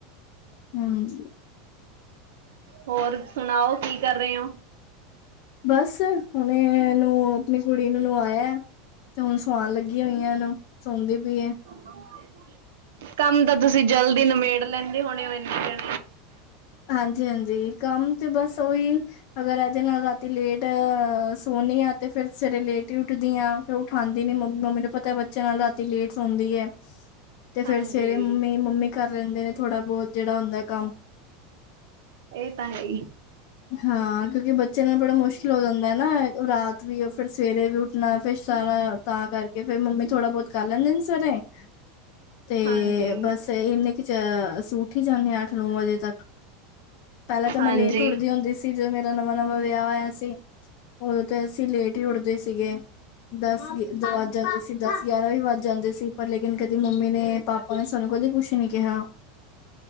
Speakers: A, on the left; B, on the right.
A: ਹਮ,
B: ਹੋਰ ਸੁਣਾਓ, ਕੀ ਕਰ ਰਹੇ ਹੋ।
A: ਬਸ, ਹੁਣ ਇਹਨੂੰ, ਆਪਣੀ ਕੁੜੀ ਨੂੰ ਨਵਾਇਆ ਤੇ ਹੁਣ ਸਵਾਉਣ ਲੱਗੀ ਹੋਈਆਂ ਇਹਨੂੰ ਸੌਦੀ ਪਈ ਏ।
B: <inaudible> ਕੰਮ ਤਾਂ ਤੁਸੀਂ ਜਲਦੀ ਨਿਮੇੜ ਲੈਂਦੇ ਹੋਣੇ ਹੋਣੇ ੳ।
A: ਹਾਂਜੀ- ਹਾਂਜੀ ਕੰਮ ਤੇ ਬਸ ਓਹੀ। ਅਗਰ ਇਹਦੇ ਨਾਲ ਰਾਤੀ ਲੇਟ ਅ ਸੋਨੀ ਆ ਤੇ ਫਿਰ ਸਵੇਰੇ ਲੇਟ ਹੀ ਉੱਠਦੀ ਆ। ਫਿਰ ਉਠਾਂਦੀ ਨੀ ਮੰਮੀ ਨੂੰ ਪਤਾ ਹੈ ਬੱਚੇ ਨਾਲ ਰਾਤੀ ਲੇਟ ਹੁੰਦੀ ਏ। ਤੇ ਫੇਰ
B: ਹਾਂਜੀ
A: ਸਵੇਰੇ ਮੰਮੀ ਮੰਮੀ ਕਰ ਲੈਂਦੇ ਨੇ ਥੋੜਾ ਬਹੁਤ ਜਿਹੜਾ ਹੁੰਦਾ ਕੰਮ।
B: ਇਹ ਤਾਂ ਹੈ ਹੀ।
A: ਹਾਂ ਕਿਉਂਕਿ ਬੱਚੇ ਨਾਲ ਬੜਾ ਮੁਸ਼ਕਿਲ ਹੋ ਜਾਂਦਾ ਏ ਨਾ ਰਾਤ ਵੀ ਫੇਰ ਸਵੇਰੇ ਵੀ ੳਠ ਆਪਣਾ ਫੇਰ ਸਾਰਾ ਤਾਂ ਕਰਕੇ ਫੇਿਰ ਮੰਮੀ ਥੋੜਾ ਬਹੁਤ ਕਰ ਲੈਂਦੇ ਨੇ ਸਵੇਰੇ। ਤੇ
B: ਹਾਂਜੀ
A: ਬਸ ਇੰਨੇ ਕੁ ੳਠ ਹੀ ਜਾਂਦੇ ਹ ਅੱਠ ਨੌ ਵਜੇ ਤੱਕ ਪਹਿਲਾਂ ਤਾਂ
B: ਹਾਂਜੀ
A: ਮੈਂ ਲੇਟ। ਟੁਟਦੀ ਹੁੰਦੀ ਸੀ ਜਦੋਂ ਮੇਰਾ ਨਵਾਂ -ਨਵਾਂ ਵਿਆਹ ਹੋਇਆ ਸੀ। ਉਦੋਂ ਤੇ ਅਸੀਂ ਲੇਟ ਹੀ ਉੱਠਦੇ ਸੀਗੇ।। ਦਸ ਵੱਜ ਜਾਂਦੇ ਸੀ ਦਸ ਗਿਆਰਾਂ ਵੀ ਵੱਜ ਜਾਂਦੇ ਸੀ ਪਰ ਲੇਕਿਨ ਕਦੀ ਮੰਮੀ ਨੇ ਪਾਪਾ ਉਹਨੇ ਸਾਨੂੰ ਕਦੇ ਕੁਛ ਨੀ ਕਿਹਾ।